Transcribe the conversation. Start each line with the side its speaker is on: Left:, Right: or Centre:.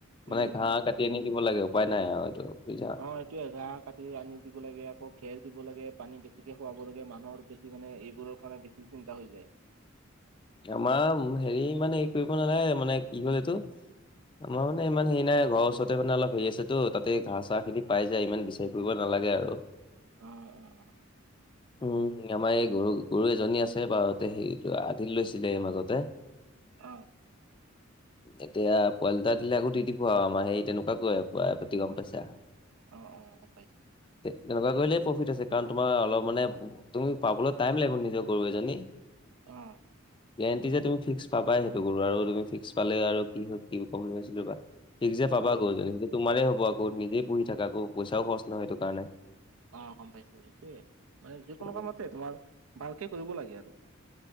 Right: উম
Left: মানে ঘাঁহ
Right: উম
Left: কাটি আনি দিব লাগে উপায় নাই আৰু এইটো বু
Right: অ', এইটোয়ে ঘাঁহ কাটি আনি দিব লাগে আকৌ খেৰ দিব লাগে পানীবেছিকে খুৱাব লাগে মানুহৰ বেছি মানে এইবোৰৰ কাৰণে বেছি চিন্তা হৈ যায়।
Left: আমাৰ হেৰি ই মানে হেৰি কৰিব নালাগে মানে কি হ'ল এইটো আমাৰ মানে ইমান হে নাই ঘৰৰ ওচৰতে মান অলপ হেৰি আছে তো ততে ঘাঁহ-চাহ খিনি পাই যাই ইমান ঘূৰি-ফূৰিব নালাগে আৰু।
Right: অ', অ'হ।
Left: উম, আমাৰ এই গৰু গৰু এজনী আছে বাৰতে স আধিত লৈছিলে এই মাজতে
Right: অ'।
Left: এতিয়া পোৱালি এটা দিলে আকৌ দি দিব আৰু আমাৰ সেই তেনেকুৱা কৈ আৰু ব <unintelligible> পতি কম
Right: অ
Left: পছা <unintelligible>
Right: অ অ গম পাইছো
Left: তেনেকুৱা কৰিলেই প্ৰফিট আছে, কাৰণ তোমাৰ অলপ মানে তুমি পাবলৈ টাইম লাগিব নিজৰ গৰু এজনী।
Right: অ'।
Left: গেৰেণ্টি যে তুমি ফিক্স পাবাই সেইটো কৰো আৰু তুমি ফিক্স পালে আৰু কি হয় কি কম ভাইছিলো <unintelligible> বা নিজে পাবা
Right: অ
Left: গৰুজনী, তোমাৰেই হ'ব আকৌ নিজেই পঢ়ি থাকা, আকৌ পইচাও খৰচ নহয় সেইটো কাৰণে।
Right: অ' গম পাইছো সেইটোয়ে মানে যিকোনো
Left: উম,
Right: কামতে তোমাৰ ভালকে কৰিব লাগে আৰু।